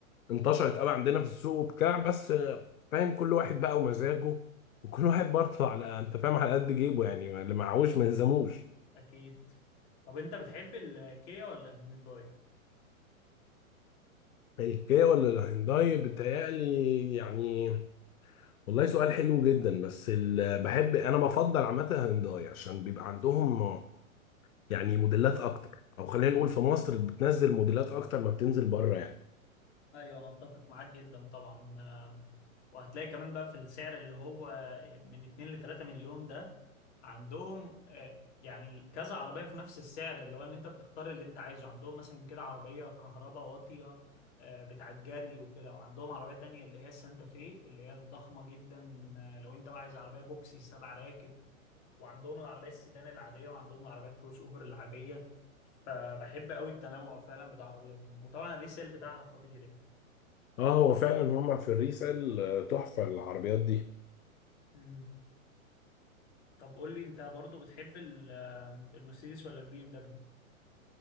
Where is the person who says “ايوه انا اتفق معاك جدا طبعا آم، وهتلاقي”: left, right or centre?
Left